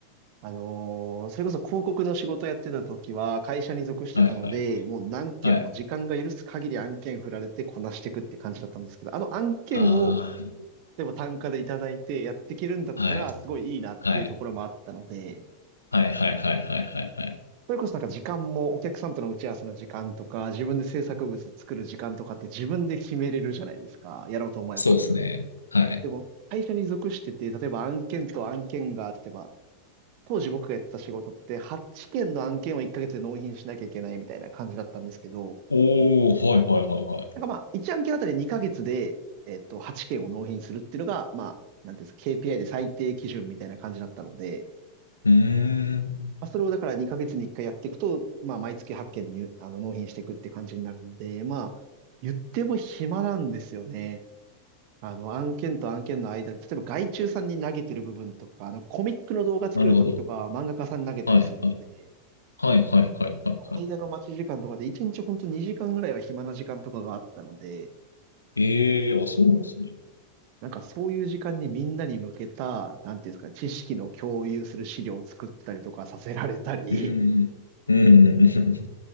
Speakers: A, on the right; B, on the left.
A: あのーそれこそ広告の仕事やってた時は会社に属してたので、
B: はい、はい、
A: もう何件も時間が許す限り案件振られてこなしていくって感じだったんですけど、
B: はい。
A: あの案件を
B: ああ。
A: 例えば単価でいただいてやっていけるんだったらすごいいいなっていうところもあったので、
B: はい。はい。はいはいはいはいはいはい。
A: それこそなんか時間もお客さんとの打ち合わせの時間とか、自分で制作物作る時間とかって自分で決めれるじゃないですか。やろうと思えば。
B: そうですね。はい。
A: でも、会社に属してて、例えば案件と案件が、例えば、当時僕がやってた仕事って8件の案件を1ヶ月で納品しなきゃいけないみたいな感じだったんですけど、
B: おー、はいはいはいはい。
A: なんかまあ、1案件あたり2ヶ月で、えっと、8件を納品するっていうのが、まあ、なんていうんですか、KPI で最低基準みたいな感じだったので、
B: うーん。
A: まあ、それをだから2ヶ月に1回やっていくと、まあ、毎月8件に、あの、納品していくって感じになるので、まあ、言っても暇なんですよね。あの、案件と案件の間で、例えば外注さんに投げてる部分とか、あの、コミックの動画作るときとか、
B: なるほど。
A: 漫画家さんに投げたりするので、
B: はいはい。はいはいはいはいはい。
A: 間の待ち時間とかで1日ほんと2時間ぐらいは暇な時間とかがあったので、
B: ええー、あ、そうなんですね。
A: なんかそういう時間にみんなに向けた、なんていうんですか、知識の共有する資料を作ったりとかさせられたり、
B: うん。うん。うんうんうん。